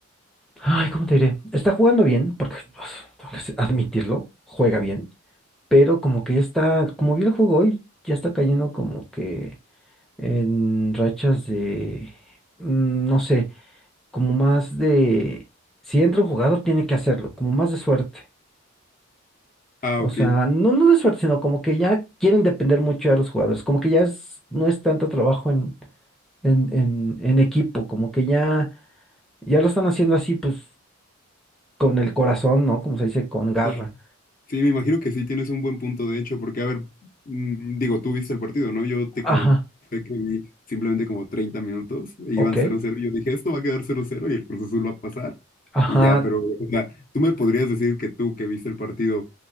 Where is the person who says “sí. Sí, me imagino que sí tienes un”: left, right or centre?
Left